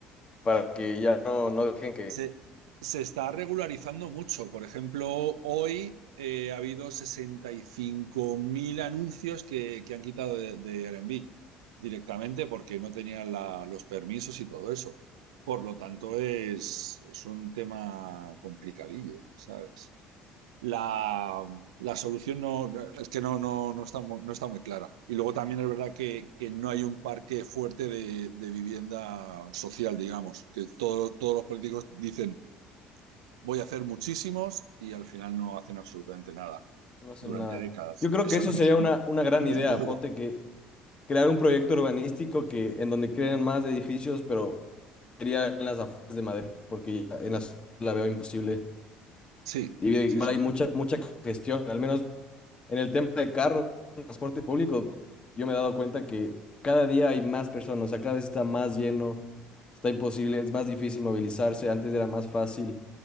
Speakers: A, on the left (about 35°); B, on the right (about 80°).
A: para que ya no, no dejen que
B: Se, se está regularizando mucho. Por ejemplo, hoy eh, ha habido 65.000 anuncios que, que han quitado de, de Airbnb directamente porque no tenían la- los permisos y todo eso. Por lo tanto, es, es un tema complicadillo, ¿sabes? La, la solución no, no- es que no, no, no está, mu- no está muy clara. Y luego también es verdad que, que no hay un parque fuerte de, de vivienda social, digamos, que todo- todos los políticos dicen, voy a hacer muchísimos y al final no hacen absolutamente nada
A: no hacen
B: durante
A: nada?
B: décadas.
A: Yo creo
B: Eso
A: que eso
B: no, es,
A: sería una, una
B: no
A: gran idea,
B: es nuevo.
A: ponte que crear un proyecto urbanístico que en donde creen más edificios, pero sería en las afueras de Madrid, porque ya en las la veo imposible.
B: Sí,
A: Y igual
B: sí, sí,
A: hay mucha, mucha congestión, al menos en el tema de carros, transporte público, yo me he dado cuenta que cada día hay más personas, o sea, cada vez está más lleno, está imposible, es más difícil movilizarse, antes era más fácil.